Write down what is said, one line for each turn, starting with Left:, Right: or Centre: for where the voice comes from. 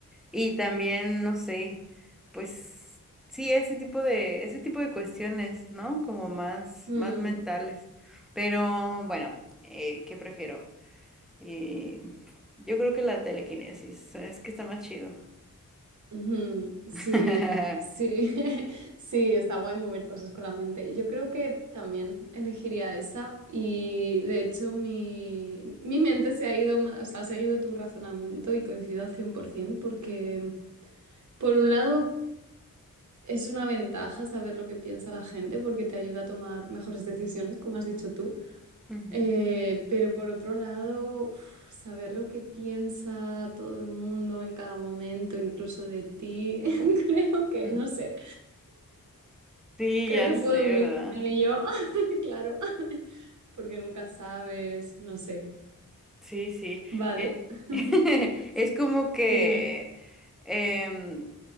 Centre: Y también, no sé, pues sí, ese tipo de, ese tipo de cuestiones, ¿no? Como más,
Right: mm.
Centre: más mentales. Pero bueno, eh, ¿qué prefiero? Eh, yo creo que la telequinesis, es que está más chido.
Right: Ujú, Sí,
Centre: <laughs>
Right: sí, <laughs> sí, está guay mover cosas con la mente. Yo creo que también elegiría esa y de hecho mi, mi mente se ha ido más, o sea, ha seguido tu razonamiento y coincido al 100% porque por un lado es una ventaja saber lo que piensa la gente porque te ayuda a tomar mejores decisiones, como has dicho tú.
Centre: Ujú,
Right: Eh, pero por otro lado, uf, saber lo que piensa todo el mundo en cada momento, incluso de ti, <laughs> creo que,
Centre: mm.
Right: no sé,
Centre: Sí,
Right: creo
Centre: ya
Right: que
Centre: sé,
Right: puedo vivir
Centre: ¿verdad?
Right: sin ello, <laughs> claro, porque nunca sabes, no sé,
Centre: Sí, sí.
Right: ¿vale?
Centre: eh, <laughs>
Right: Sí,
Centre: es como que
Right: sí, dime.
Centre: em,